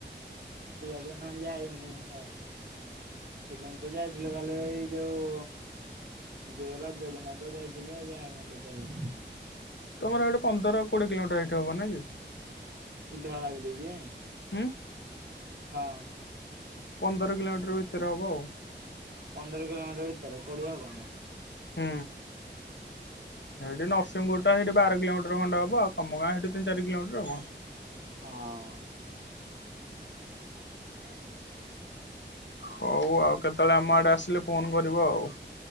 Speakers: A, on the right; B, on the left.
A: ଏବେ କାଇଁ ଯାଇନି ଆ ସେଦିନ ତ ଯାଇଥିଲି ଖାଲି ଯୋଉ ଯୋଉ ରଜ ଦିନ ତ ଯାଇଥିଲି ଆଉ ଯାଇନି ତୋଟାଲି।
B: ତମର ହେଇଠୁ ପନ୍ଦର କୋଡିଏ କିଲୋମିଟର ହେଇଠୁ ହବ ନାଇ କି?
A: ସିଧାମୂଳ ବ୍ରିଜ୍।
B: ହ
A: ହଁ।
B: ପନ୍ଦର କିଲୋମିଟର ଭିତରେ ହବ ଆଉ।
A: ପନ୍ଦର କିଲୋମିଟର ଭିତରେ କୋଡିଏ ହବନି।
B: ହୁଁ ହେଇଠି ନରସିଂହପୁର ଟା ସେଇଠି ବାର କିଲୋମିଟର ଖଣ୍ଡେ ହବ ଆଉ ତମ ଗାଁ ସେଇଠି ତିନି ଚାରି କିଲୋମିଟର ଆଉ କଣ?
A: ହଁ। ଁ <inaudible>
B: ହଉ ଆଉ କେତେବେଳେ ଆମ ଆଡେ ଆସିଲେ ଫୋନ କରିବ ଆଉ